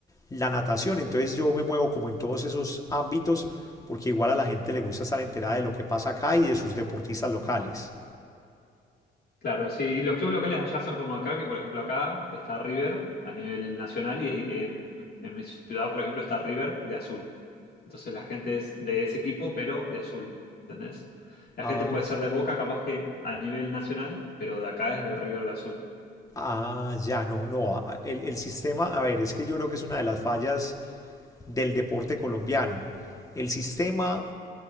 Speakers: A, on the left (about 15°); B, on the left (about 50°).
A: la natación. Entonces yo me muevo como en todos esos ámbitos porque igual a la gente le gusta estar enterada de lo que pasa acá y de sus deportistas locales.
B: Claro, sí, los clubes locales allá son como acá, que por ejemplo acá está River a nivel nacional y en, en mi ciudad, por ejemplo, está River de azul. Entonces la gente es de ese equipo, pero de azul, ¿entendés? La
A: Ah,
B: gente puede ser de Boca, capaz que a nivel nacional, pero de acá es de River de azul,
A: ah, ya, no, no. ah, El, el sistema, a ver, es que yo creo que es una de las fallas del deporte colombiano. El sistema